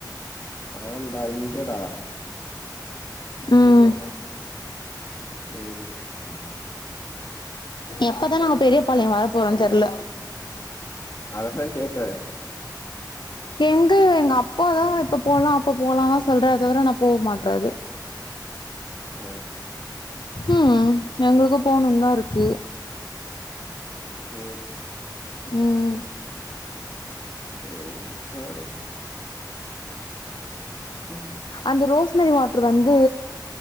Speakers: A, on the left; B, on the left.
A: ஆண்டா இங்கடா
B: ம்
A: ம்
B: எப்பதா நாங்க பெரிய பாளைய வர போறோன் தெரில
A: அததா கேட்ட
B: எங்க எங்க அப்பாதா
A: ம்
B: இப்ப போலா இப்ப போலா லா சொல்றாரு தவிர ஆன போ மாட்றாறு
A: ஆ
B: ம் எங்களுக்கு போணுன் தா இருக்கு
A: ஓ
B: ம்
A: ம் போற கும்
B: அந்த ரோஸ்மெரி வாட்டர் வந்து